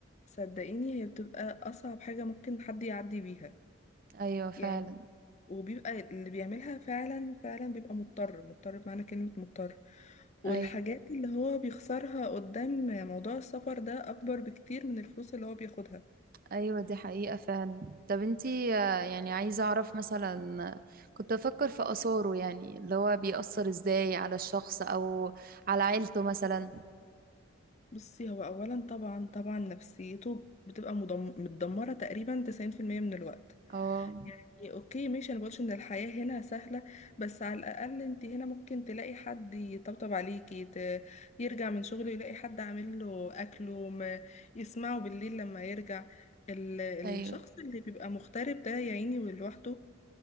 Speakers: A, on the left (about 35°); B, on the right (about 45°).
A: فصدقيني هي بتبقى أصعب حاجة ممكن حد يعدي بيها
B: أيوه فعلا
A: يعني وبيبقى اللي بيعملها فعلا فعلا بيبقى مضطر مضطر بمعنى كلمة مضطر والحاجات
B: ايوه
A: اللي هو بيخسرها قدام موضوع السفر ده أكبر بكتير من الفلوس اللي هو بياخدها
B: ايوه دي حقيقة فعلا طب انتي آه، يعني عايزة اعرف مثلا آه، كنت بفكر في اثاره يعني اللي هو بيأثر ازاي على الشخص او على عيلته مثلا
A: بصي هو أولا طبعا طبعا نفسيته بتبقى مدم- متدمرة تقريبا 90% من الوقت
B: اه
A: يعني اوكي ماشي انا بقولش ان الحياة هنا سهلة بس على الاقل انت هنا ممكن تلاقي حد يطبطب عليكي ت- يرجع من شغله يلاقي حد عامل له اكله ما يسمعه بالليل لما يرجع ال- الشخص
B: ايوه
A: اللي بيبقى مغترب ده يا عيني ولوحده